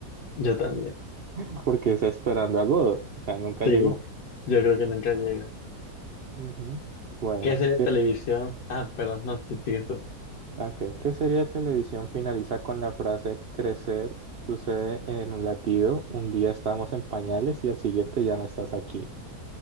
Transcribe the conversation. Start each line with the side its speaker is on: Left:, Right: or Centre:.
Left: Yo también.
Right: <laughs> porque está esperando a Godot, o sea, nunca
Left: Sí,
Right: llegó.
Left: yo creo que nunca llega.
Right: Ujú. Bueno,
Left: ¿Qué serie
Right: ¿qué-
Left: de televisión? Ah, perdón, no, sí, sigues tú.
Right: Ah, Ok, ¿Qué serie de televisión finaliza con la frase crecer sucede en un latido? Un día estamos en pañales y al siguiente ya no estás aquí.